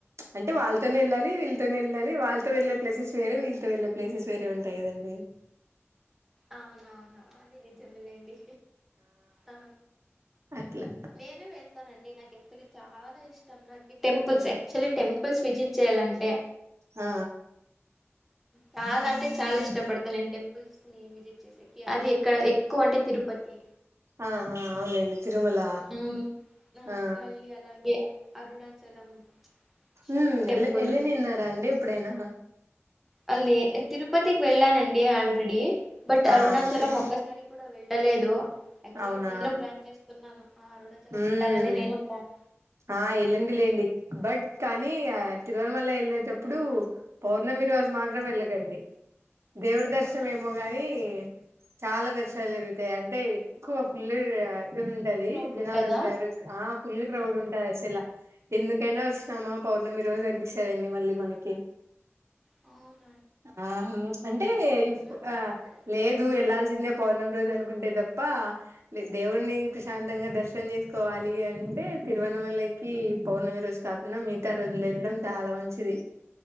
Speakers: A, on the right; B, in the centre.
A: అంటే వాళ్ళతోనే వెళ్ళాలి వీళ్ళతోనే వెళ్ళాలి వాళ్ళతో వెళ్లే ప్లేసెస్ వే వీళ్తో వెళ్లే ప్లేసెస్ వేరేంటయిదండి
B: అవున అవునా అది నిజమలేండి ఆ
A: అట్లా
B: నేను వెళ్తానండి నాకు సే చాలా ఇష్టం నాకు టెంపుల్స్ యాక్చువల్లీ టెంపుల్స్ విజిట్ చెయ్యాలంటే
A: ఆ
B: చాలా అంటే చాలా ఇష్టపడతాను నే టెంపుల్స్ విజిట్ చేసా అది ఎక్కడ ఎక్కువ అంటే తిరుపతి
A: ఆ అవునండి తిరుమల
B: ఉమ్,
A: ఆ
B: మళ్ళీ అలాగే అరుణాచలం శివరి
A: ఉమ్
B: టెంపుల్
A: ఎల్ ఎల్లి
B: క
A: నిన్నారా అండి ఎప్పుడైనా
B: అల్ తిరుపతికి వెళ్ళానండి ఆల్రెడీ బట్ అరుణాచలం
A: ఆ ఓకే
B: ఒక్కసారి కూడా వెళ్ళలేదు యాక్చువలీ
A: అవునా
B: నేను ప్లాన్ చేస్తున్నాను ఆ అరుణాచలం
A: మ్మ్
B: వెళ్ళాలని నేను ప్లాన్
A: ఆ వెళ్ళండి లేండి బట్ కానీ తిరువనమల వెళ్ళేటప్పుడు పౌర్ణమి మీరు రోజు మాత్రం వెళ్ళగండి దేవుడి దర్శనం
B: అవునా
A: ఏమో
B: ఎందుకండి
A: గాని చాలా దర్శలు జరుగుతాయి అంటే ఎక్కువ ఫుల్లు ఉంటది
B: క్రౌడ్
A: జనాలు
B: ఉంటదా
A: ఉంటారు పులి క్రా కదాస ఇలా ఎందుకైనా వచ్చినామా
B: ఆ
A: పౌర్ణమి రోజు అనిపిస్తుందండి మళ్ళీ మనకి
B: అ
A: ఆ అంటే
B: నాకు తెలుసు
A: ఆ
B: దాని
A: లేదు
B: గురించి
A: వెళ్లాల్సిందే పౌర్ణమి రోజు అనుకుంటే తప్ప తప్ప దేవుడిణి
B: ఆ,
A: ప్రశాంతంగా దర్శనం చేసుకోవాలి అంటే తిరువన వల్లకి పౌర్ణమి రోజు కాకుండా మిగతా రోజులు వెళ్ళడం చాలా మంచిది